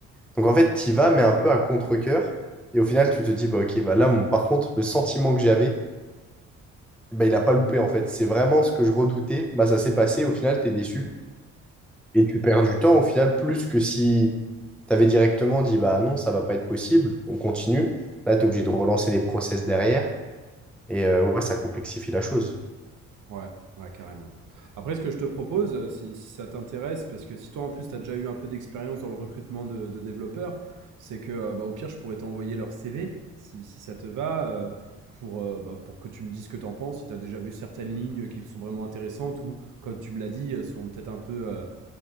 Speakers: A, in the centre; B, on the right.
A: Donc en fait, tu y vas, mais un peu à contre-cœur. Et au final, tu te dis, bah ok, bah là, mon... par contre, le sentiment que j'avais, bah, il n'a pas loupé en fait. C'est vraiment ce que je redoutais. Bah, ça s'est passé, au final, tu es déçu. Et tu perds du temps au final, plus que si tu avais directement dit, bah non, ça va pas être possible, on continue. Là, tu es obligé de relancer des process derrière. Et euh, ouais, ça complexifie la chose.
B: ouais, ouais, carrément. Après ce que je te propose, heu, si si ça t'intéresse, parce que si toi en plus tu as déjà eu un peu d'expérience dans le recrutement de de développeurs, c'est que, heu, bah, au pire je pourrais t'envoyer leur CV, si si ça te va, heu, pour, heu, bah, pour que tu me dises ce que tu en penses, si tu as déjà vu certaines lignes qui sont vraiment intéressantes ou comme tu me l'as dit, heu, sont peut-être un peu, heu,